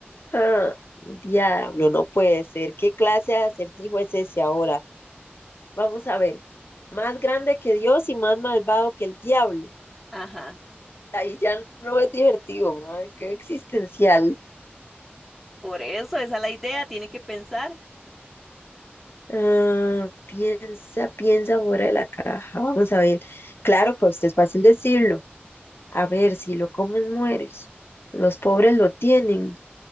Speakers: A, on the left; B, in the centre.
A: Ah, diablo, no puede ser. ¿Qué clase de acertijo es ese ahora? Vamos a ver. Más grande que Dios y más malvado que el diablo.
B: Ajá.
A: Ahí ya no es divertido, madre, qué existencial.
B: Por eso, esa es la idea, tiene que pensar.
A: Ah, piensa, piensa fuera de la caja. Vamos a ver. Claro, pues es fácil decirlo. A ver, si lo comes, mueres. Los pobres lo tienen.